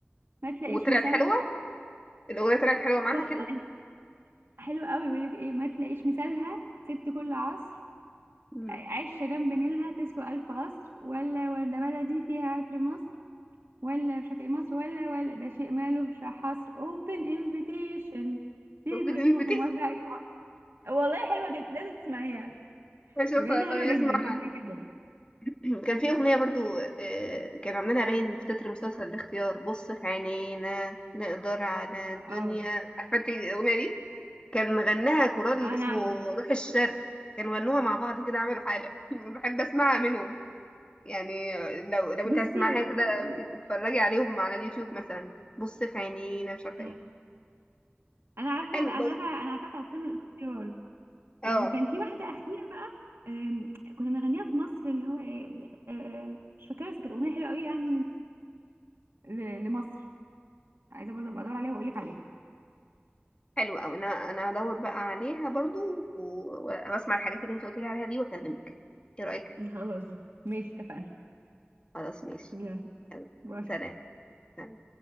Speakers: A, on the right; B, on the left.
A: ما تلاقيش
B: وطلعت
A: مثالها
B: حلوة الأغنية طلعت حلوة معاها
A: تحفه
B: كده
A: لأن حلو قوي بيقول لك ايه ما تلاقيش مثالها ست كل عصر
B: مم.
A: عايشه جنب نيلها تسوى الف قصر ولا ورده بلدي فيها عطر مصر ولا مش عارفه ايه مصر ولا ولا ده شيء مالوش حصر open invitation تيجوا
B: وبتنفتي
A: تشوفوا مصر حاجة. والله حلوه جدا لازم تسمعيها
B: اشوفها
A: بجد
B: طيب
A: حلوة جدا
B: اسمعها
A: جدا جدا
B: <clears throat> كان في اغنيه برضو آه، كانوا عاملينها باين في تتر مسلسل الاختيار بص في عينينا نقدر على الدنيا
A: اه
B: عارفه انت الاغنيه دي كان غناها كورال
A: آه،
B: اسمه
A: انا عارفة
B: روح الشرق كانوا غنوها مع بعض كده عملوا حاله <laughs> بحب اسمعها منهم يعني آه، لو لو انت
A: بصي
B: عايز تسمع
A: و...
B: حاجه كده
A: و...
B: ممكن تتفرجي عليهم على اليوتيوب مثلا بص في عينينا مش عارفه
A: آه،
B: ايه
A: انا عارفة
B: حلو
A: انا
B: بقى
A: عارفة انا عارفة بتاعت فيلم الاختيار
B: اه
A: وكان في واحدة أخيرة بقى آم، كنا بنغنيها في مصر اللي هو إيه، آه، مش فاكرة بس كانت أغنية حلوة قوي يعني ل... لمصر عايزة برضه أبقى أدور عليها وأقول لك عليها
B: حلو قوي انا انا هدور بقى عليها برضو و- واسمع الحاجات اللي انت قلت لي عليها دي واكلمك ايه رايك
A: خلاص ماشي اتفقنا
B: خلاص ماشي
A: يلا
B: يلا
A: باي
B: سلام سلام.